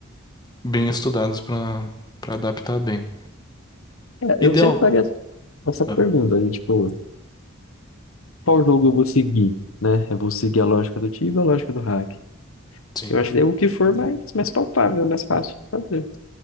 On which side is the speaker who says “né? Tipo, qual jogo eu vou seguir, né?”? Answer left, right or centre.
Left